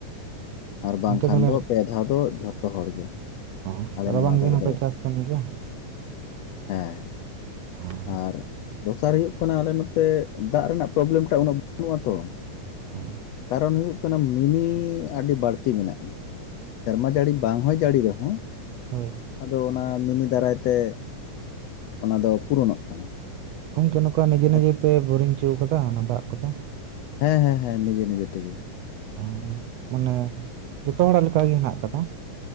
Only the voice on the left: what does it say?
ᱟᱨ ᱵᱟᱝᱠᱷᱟᱱ
ᱫᱚ ᱯᱮ ᱫᱷᱟᱣ ᱫᱚ ᱡᱷᱚᱛᱚ ᱦᱚᱲ ᱜᱮ᱾
ᱟᱞᱮ ᱱᱚᱣᱟ
ᱫᱷᱟᱨᱮ
ᱫᱚ
ᱦᱮᱸ᱾
ᱟᱨ ᱫᱚᱥᱟᱨ ᱦᱩᱭᱩᱜ ᱠᱟᱱᱟ ᱟᱞᱮ ᱱᱚᱛᱮ ᱫᱟᱜ ᱨᱮᱱᱟᱜ ᱯᱨᱚᱵᱞᱮᱢᱴᱟᱜ ᱩᱱᱟᱹᱜ ᱵᱟᱹᱱᱩᱜ-ᱟ ᱛᱚ᱾
ᱠᱟᱨᱚᱱ ᱦᱩᱭᱩᱜ ᱠᱟᱱᱟ ᱢᱤᱱᱤ ᱟᱹᱰᱤ ᱵᱟᱹᱲᱛᱤ ᱢᱮᱱᱟᱜ-ᱟ᱾ ᱥᱮᱨᱢᱟ ᱡᱟᱹᱲᱤ ᱵᱟᱝ ᱦᱚᱭ ᱡᱟᱹᱲᱤ ᱨᱮᱦᱚᱸ
ᱟᱫᱚ ᱚᱱᱟ ᱢᱤᱱᱤ ᱫᱟᱨᱟᱭ ᱛᱮ ᱚᱱᱟ ᱫᱚ ᱯᱩᱨᱚᱱᱚᱜ ᱠᱟᱱᱟ
ᱡᱟᱦᱟᱸ
ᱠᱷᱟᱹᱛᱤᱨ
ᱦᱮᱸ ᱦᱮᱸ ᱦᱮᱸ ᱱᱤᱡᱮ ᱱᱤᱡᱮ ᱛᱮᱜᱮ᱾